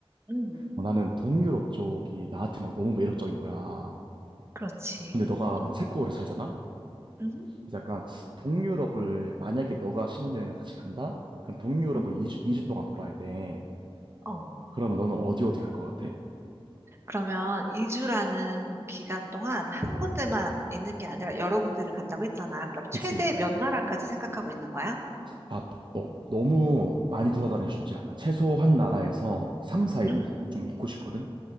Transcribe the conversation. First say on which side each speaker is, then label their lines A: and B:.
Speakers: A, on the right; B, on the right.
A: 음,
B: 어, 나는 동유럽 쪽이 나한테 막 너무 매력적인 거야.
A: 그렇지.
B: 근데 너가
A: 어,
B: 그 체코를 살잖아?
A: 음,
B: 그래서 약간 동유럽을 만약에 너가 신혼여행을 다시 간다? 그럼 동유럽을
A: 음,
B: 2주, 2주 동안 돌아야 돼.
A: 어.
B: 그러면 너는 어디 어디 갈 것 같아?
A: 그러면 이주라는 기간 동안 한 군데만 있는 게 아니라 여러 군데를 간다고 했잖아. 그럼 최대
B: 그치?
A: 몇 나라까지 생각하고 있는 거야?
B: 아, 너, 너무 많이 돌아다니기 쉽지 않아. 최소한 나라에서 3, 4일은
A: 음,
B: 좀 있고 싶거든?